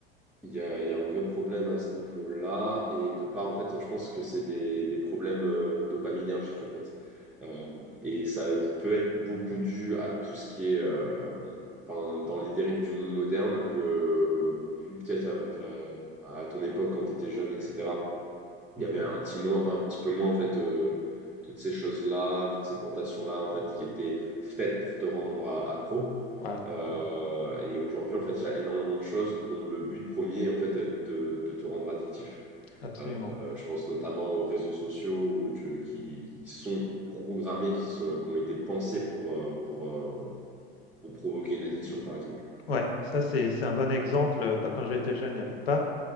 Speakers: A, in the centre; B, on the left.
A: il y a, il y a un vrai problème à ce niveau-là. Et de part, en fait, je pense que c'est des, des problèmes euh, dopaminergiques, en fait. Euh, et ça peut être beaucoup dû à tout ce qui est euh, enfin, dans les dérives du monde moderne, que peut-être à votre, à ton époque, quand tu étais jeune, etc., il
B: Mhm.
A: y avait un petit, moins, un petit peu moins, en fait, euh, toutes ces choses-là, toutes ces tentations-là, en fait, qui étaient faites pour te rendre a- accro.
B: Ouais,
A: Euh,
B: ouais,
A: et aujourd'hui, en fait, il y a énormément de choses dont le but premier, en fait, est de, de te rendre addictif.
B: absolument.
A: Euh, je pense notamment aux réseaux sociaux ou de- qui, qui sont programmés, qui, se- qui ont été pensés pour, euh, pour, euh, pour provoquer une addiction, par exemple.
B: Ouais, ça c'est c'est un bon exemple. Euh, bah, quand j'étais jeune, il y avait pas